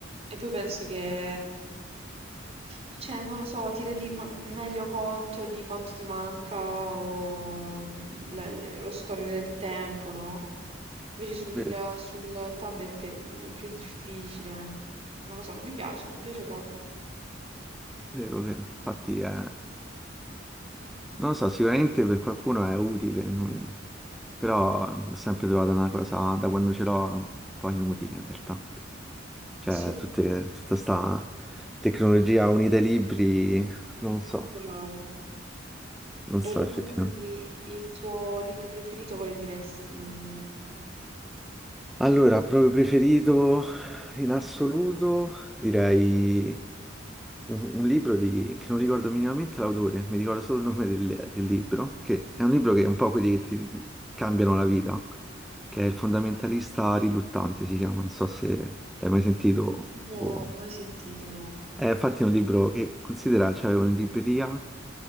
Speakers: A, on the right; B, in the centre.
A: poi penso che, cioè, non lo so, ti rendi ma- meglio conto di quanto ti manca o mm, la- le- lo scorrere del tempo, no? Invece sul,
B: Vero,
A: sul tablet è, è più difficile. Non lo so, non mi piace, non mi piace proprio.
B: vero, vero. Infatti è Non lo so, sicuramente per qualcuno è utile, non- però ho sempre trovato una cosa, da quando ce l'ho, un po' inutile in realtà. Cioè,
A: Sì,
B: tutte- tutta sta tecnologia unita ai libri, non so,
A: bravo.
B: non
A: E
B: so
A: quindi
B: effettivamente.
A: il tuo libro preferito quale diresti?
B: Allora, proprio preferito in assoluto, direi un, un libro di, che non ricordo minimamente l'autore, mi ricordo solo il nome del, del libro, che è un libro che è un po' quelli che ti cambiano la vita, che è Il fondamentalista riluttante, si chiama, non so se l'hai mai sentito.
A: No,
B: o-
A: mai sentito, no.
B: È infatti un libro che considera, c'avevo in libreria,